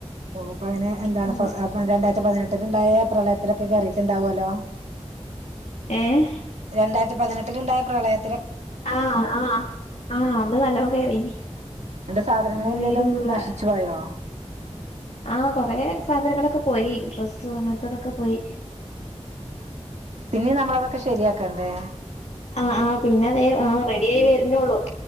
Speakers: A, on the right; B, on the left.
A: ഓ അപ്പ അങ്ങിനെ എന്താണ്
B: അപ്പൊ
A: ഫ രണ്ടായിരത്തി പതിനെട്ടില്ണ്ടായ പ്രളയത്തിലൊക്കെ കറിയിച്ച്ണ്ടാവലോ
B: ഏഹ്
A: രണ്ടായിരത്തി പതിനെട്ട്ല്ണ്ടായ പ്രളയ-
B: അഹ് ആഹ് അന്ന് നല്ലോം കേറീനി
A: എന്നിട്ട് സാധനങ്ങൾ
B: അന്ന്
A: എന്തേലും
B: വീട് ഫുള്ള
A: നശിച്ചു പോയോ
B: ആ കൊറേ സാധനങ്ങളൊക്കെ ഒക്കെ പോയി ഡ്രസ്സു അങ്ങനത്തെതൊക്കെ പോയി
A: പിന്നെ നമ്മളിതൊക്കെ ശരിയാ ക്കണ്ടെ
B: അഹ് ആഹ് പിന്നെ ദേ ആ റെഡിയായി വരണൊള്ളു